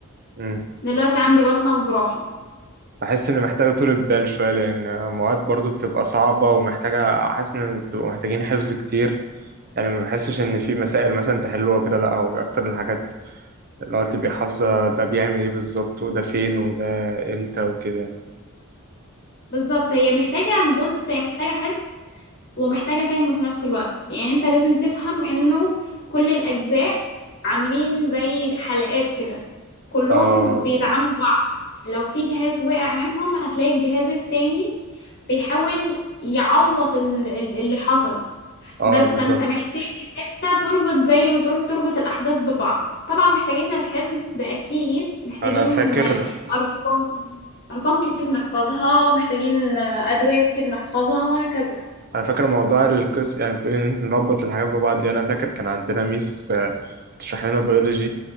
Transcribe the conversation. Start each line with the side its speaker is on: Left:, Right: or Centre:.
Right: مم.
Left: دلوقتي عندي بطنة وجراحة
Right: بحس ان محتاجه طولة بال شويه لان المواد برضو بتبقى صعبه ومحتاجه حاسس ان بتبقوا محتاجين حفظ كتير يعني ما بحسش ان في مسائل مثلا تحلوها كده لا هو اكتر الحاجات اللي هو تبقى حافظه ده بيعمل ايه بالظبط وده فين وده امتى وكده
Left: بالظبط هي محتاجة بص هي محتاجة حفظ ومحتاجة فهم في نفس الوقت يعني أنت لازم تفهم إنه كل الأجزاء عاملين زي حلقات كده كلهم
Right: اه
Left: بيدعموا بعض لو في جهاز وقع منهم هتلاقي الجهاز التاني بيحاول يعوض ال- ال- اللي حصل
Right: اه
Left: بس
Right: بالظبط
Left: فانت محتاج إنها تربط زي ما تقول تربط الأحداث ببعض طبعا محتاجين الحفظ ده أكيد محتاجين
Right: انا فاكر
Left: أرقام أرقام كتير نحفظها محتاجين أدوية كتير نحفظها وهكذا
Right: انا فاكر موضوع القس يعني بتقولي ان إنت نربط الحاجات ببعض دي انا فاكر كان عندنا ميس آه، تشرح لنا بيولوجي